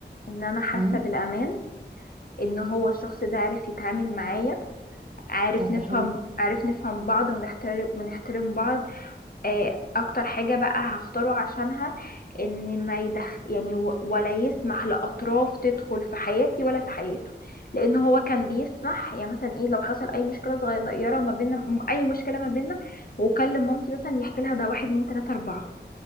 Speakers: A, on the left; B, on the right.
A: ان انا حاسة
B: امم
A: بالامان ان هو الشخص ده عارف يتعامل معايا عارف
B: طب
A: نفهم
B: ده حلو
A: عارف نفهم بعض ونحترم ونحترم بعض آه، اكتر حاجة بقى هختاره عشانها ان ما يدخ يعني و- ولا يسمح لاطراف تدخل في حياتي ولا في حياته لان هو كان بيسمح يعني مثلا ايه لو حصل اي مشكلة صغيرة ما بيننا م- اي مشكلة ما بيننا وكلم مامتي مثلا يحكي لها ده واحد اتنين تلاتة اربعة